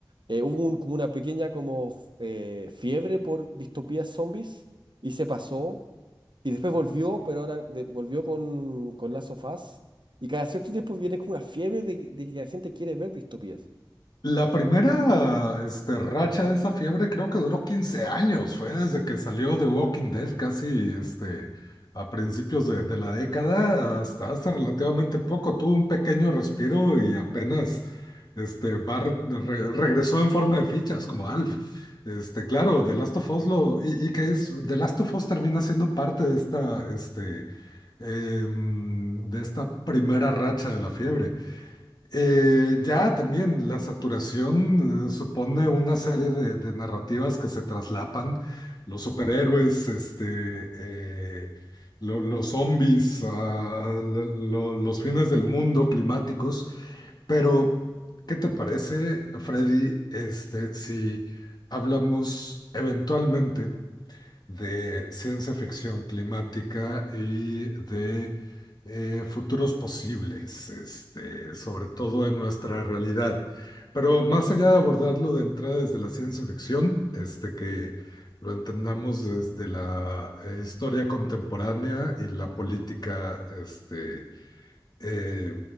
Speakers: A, on the right; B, on the left.
A: eh, hubo un- como una pequeña como f- eh, fiebre por distopías zombies y se pasó y después volvió, pero ahora de- volvió con, con Last of Us y cada cierto tiempo viene como una fiebre de, de que la gente quiere ver distopías.
B: La primera este, racha de esa fiebre creo que duró 15 años, fue desde que salió The Walking Dead casi este, a principios de, de la década hasta hasta relativamente poco, tuvo un pequeño respiro y apenas este, va re- re- regresó en forma de fichas como Alf. Este, claro, The Last of Us lo, y, y que es, The Last of Us termina siendo parte de esta, este, em, de esta primera racha de la fiebre. Eh, ya también la saturación eh, supone una serie de, de narrativas que se traslapan. Los superhéroes, este, eh, lo- los zombies, ah, lo- lo- los fines del mundo climáticos. Pero, ¿qué te parece, Freddy, este, si hablamos eventualmente? de ciencia ficción climática y de eh, futuros posibles, este, sobre todo en nuestra realidad. Pero más allá de abordarlo de entrada desde la ciencia ficción, este, que lo entendamos desde la eh, historia contemporánea y la política este, eh,